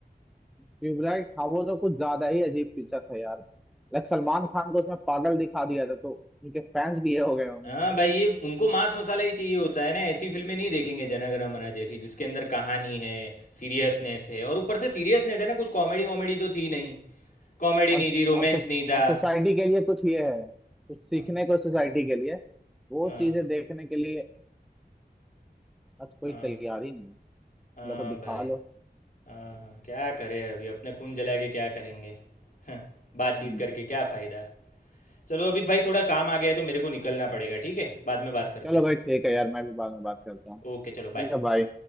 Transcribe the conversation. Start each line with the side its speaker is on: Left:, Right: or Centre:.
Centre: ट्यूबलाइट हाँ वो तो कुछ ज्यादा ही अजीब पिक्चर था यार लाइक सलमान खान को उसमें पागल दिखा दिया था तो उनके फैंस भी ये हो गए होंगे
Left: हाँ भाई ये उनको मांस मसाला ही चाहिए होता है ना ऐसी फिल्में नहीं देखेंगे जना गण मना जैसी जिसके अंदर कहानी है सीरियसनेस है और ऊपर से सीरियसनेस है ना कुछ कॉमेडी वॉमेडी तो थी नहीं कॉमेडी
Centre: और
Left: नहीं थी रोमांस
Centre: और सोस-
Left: नहीं था
Centre: और सोसाइटी के लिए कुछ ये है कुछ सीखने
Left: हाँ
Centre: को सोसाइटी के लिए वो
Left: हाँ
Centre: चीजें देखने के लिए आज कोई
Left: हाँ
Centre: तैयार ही नहीं इन
Left: हाँ
Centre: लोग को दिखा
Left: भाई
Centre: लो
Left: हाँ हाँ क्या करें अभी अपने खून जला के क्या करेंगे हाँ, बातचीत
Centre: हम्म,
Left: करके क्या फ़ायदा चलो अभी भाई थोड़ा काम आ गया है तो मेरे को निकलना पड़ेगा ठीक है बाद में बात करते
Centre: चलो भाई ठीक है यार मैं भी बाद में बात करता हूँ
Left: हैं। ओके
Centre: ठीक
Left: चलो बाय
Centre: है भाई